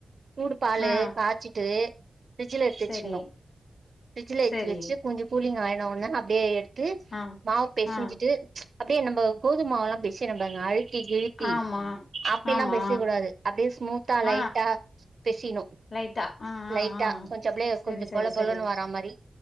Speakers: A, on the right; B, on the left.
A: சூடு பாலு
B: ஆ
A: காச்சிட்டு பிரிட்ஜில எடுத்து
B: சரி,
A: வச்சுக்கணு பிரிட்ஜில எடுத்து
B: சரி.
A: வச்சு கொஞ்சம் கூலிங் ஆ ஒண்ணு அப்டியே எடுத் து
B: ஆ,
A: மாவுப் பெசஞ்சிட்டு
B: ஆ.
A: அப்படியே நம்ம கோதும மாவு எல்லா பெசையுறம் பாருங்க அழுத் ஏ எலுபி
B: ஆமா,
A: அப்டியெல்லா
B: ஆமா.
A: பேசிக்க கூடாது அப்டியே ஸ்மூத்தா
B: ஆ
A: லைட்டா பேசிக்கனு
B: லைட்டா. ஆ, ஆ,
A: லைட் ட்டா
B: ஆ.
A: கொஞ்சோ அப்லே
B: சரி,
A: கொஞ்சோ
B: சரி,
A: பொல பொலன்னு
B: சரி.
A: வாரா மாரி